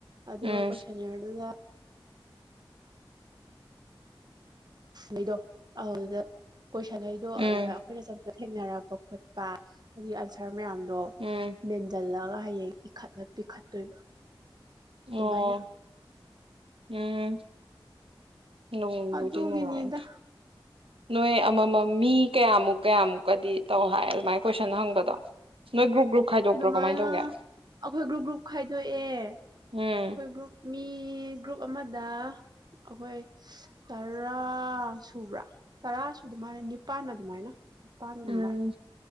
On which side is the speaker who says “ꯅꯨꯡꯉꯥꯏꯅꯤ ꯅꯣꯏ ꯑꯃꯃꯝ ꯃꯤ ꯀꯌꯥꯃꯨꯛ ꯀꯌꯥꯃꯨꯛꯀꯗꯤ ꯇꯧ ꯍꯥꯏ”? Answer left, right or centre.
Right